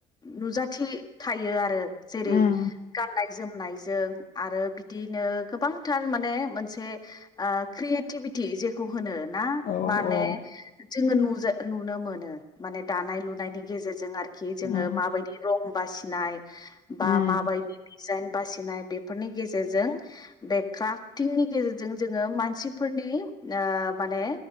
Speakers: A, on the left; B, on the left.
A: नुजाथि थायो आरो। जेरै
B: उम
A: गाननाय जोमनायजों आरो बिदिनो गोबांथार माने मोनसे ओ क्रियेटिभि टि जेखौ होनो ना
B: औ
A: माने
B: औ
A: जोङो नुजा नुनो मोनो माने दानाय लुनायनि गेजेरजों आरोखि जोङो
B: उम
A: माबायदि रं बासिनाय बा
B: उम
A: माबायदि डिजाइन बासिनाय बेफोरनि गेजेरजों बे क्राफटिंनि गेजेरजों जोङो मानसिफोरनि ओ माने